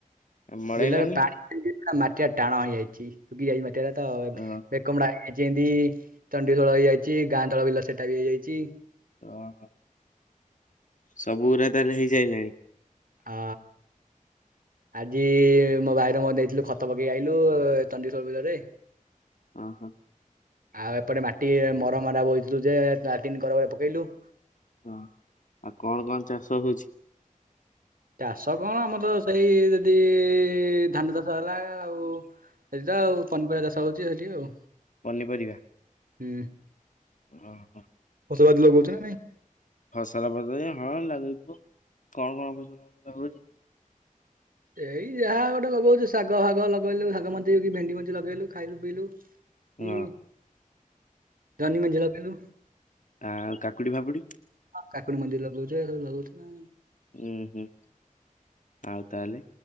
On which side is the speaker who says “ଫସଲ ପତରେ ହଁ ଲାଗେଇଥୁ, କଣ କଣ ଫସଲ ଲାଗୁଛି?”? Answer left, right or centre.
Left